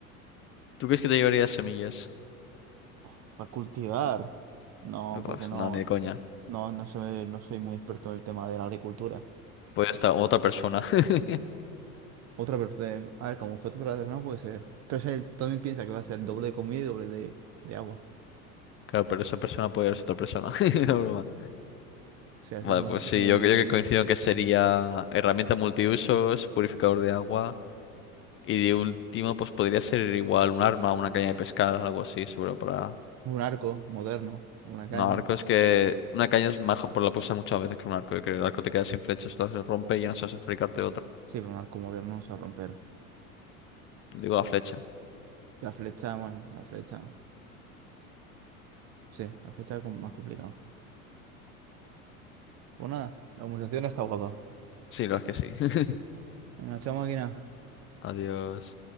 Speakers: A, on the left; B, on the right.
A: ¿Tú crees que te llevarías semillas?
B: pues, Para cultivar, no,
A: No, vas,
B: porque no,
A: no, ni de coña.
B: no, no, sé- no soy muy experto en el tema de la agricultura.
A: Puede estar otra persona. <laughs>
B: Otra parte, a ver, como objeto no puede ser. Pero es el- también piensa que va a ser doble de comida y doble de, de agua.
A: Claro, pero esa persona puede ser otra persona. <laughs> No, broma.
B: O sea,
A: Vale,
B: si hacemos,
A: pues sí,
B: hacemos
A: yo
B: un bucle,
A: creo que
B: ¿no?
A: coincido en que sería herramienta multiusos, purificador de agua. Y de último, pues podría ser igual un arma, una caña de pescar, algo así, seguro para.
B: Un arco moderno, una
A: No,
B: caña.
A: arco es que. Una caña es mejor por la puedes usar muchas veces que un arco. Yo creo que el arco te queda sin flechas, las rompe y ya no sabes fabricarte otra.
B: Sí, pero un arco moderno no se va a romper.
A: Digo la flecha.
B: La flecha, bueno, la flecha. Sí, la fecha es com- más complicada. Pues nada, la conversación está guapa.
A: Sí, la verdad es que sí. <laughs>
B: Venga, chao máquina.
A: Adiós.